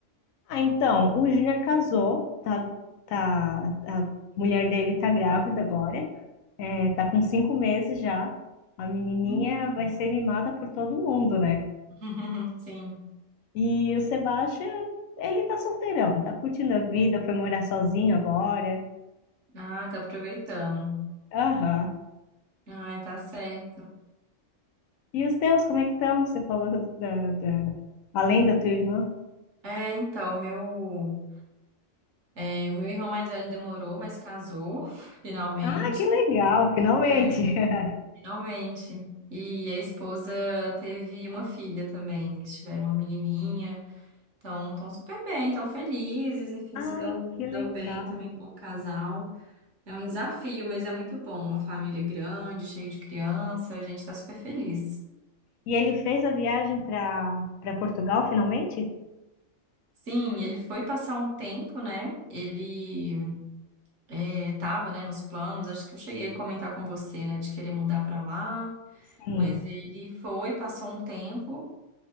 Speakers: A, on the left; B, on the right.
A: Ah, então, o Júnior casou, tá, tá, a mulher dele tá grávida agora, é, tá com cinco meses já. A menininha
B: Hum.
A: vai ser mimada por todo mundo, né?
B: <laughs> Sim.
A: E o Sebastião, ele tá solteirão, tá curtindo a vida, foi morar sozinho agora.
B: Ah, tá aproveitando.
A: Aham.
B: Ai, tá certo.
A: E os teus, como é que estão? Você falou da, da... Além da tua irmã.
B: É, então, meu, é, o meu irmão mais velho demorou, mas casou, <laughs> finalmente.
A: Ah, que legal, finalmente.
B: É,
A: <laughs>
B: finalmente. E a esposa teve uma filha também. Eles tiveram uma menininha. Então, estão super bem, estão felizes, enfim,
A: Ai,
B: se dão,
A: que
B: dão
A: legal.
B: bem também como casal. É um desafio, mas é muito bom. Uma família grande, cheia de criança, a gente está super feliz.
A: E ele fez a viagem para para Portugal, finalmente?
B: Sim, ele foi passar um tempo, né? Ele é, tava, né, nos planos, acho que eu cheguei a comentar com você, né, de querer mudar pra lá,
A: Sim.
B: mas ele foi, passou um tempo